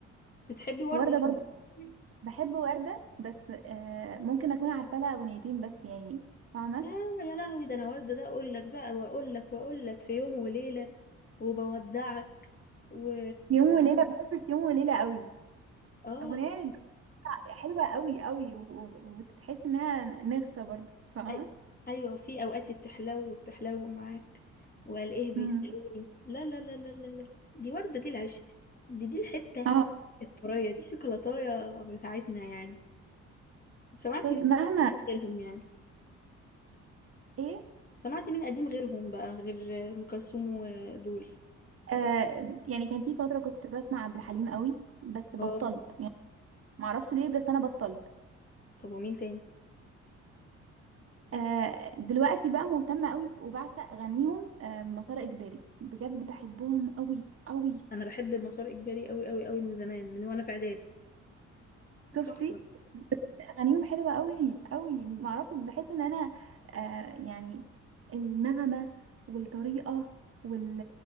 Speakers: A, on the left; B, on the right.
A: بتحبي وردة
B: وردة برضه
A: أصلاً؟
B: بحب وردة بس آه ممكن اكون عارفة لها اغنيتين بس يعني فاهمة
A: يا يا لهوي ده أنا وردة ده أقول لك بقى وأقول لك وأقول لك في يوم وليلة وبودعك و
B: يوم وليلة بحب في يوم وليلة قوي
A: اه
B: اغنية حلوة قوي قوي و- و- وتحس انها نغصة برضه فاهمة
A: أي... ايوه وفي اوقات بتحلو بتحلو معاك والاقيه بيسالوني
B: مم.
A: لا لا لا لا لا لا دي ورده دي العشق دي دي الحته
B: اه
A: الطريه دي شوكولاتايه بتاعتنا يعني سمعتي
B: بس
A: مين
B: مهما
A: قديم غيرهم يعني
B: ايه
A: سمعتي مين قديم غيرهم بقى غير ام كلثوم ودول
B: آه يعني كان في فترة كنت بسمع عبد الحليم قوي بس بطلت
A: اه
B: يعني معرفش ليه بس انا بطلت
A: طب ومين تاني
B: آه دلوقتي بقى مهتمة قوي وبعشق اغانيهم آه مسار اجباري بجد بحبهم قوي قوي
A: انا بحب المسار اجباري قوي قوي قوي من زمان من وانا في اعدادي
B: شفتي
A: تحفه
B: اغانيهم حلوه قوي قوي معرفش بحس ان انا آه يعني النغمه والطريقه وال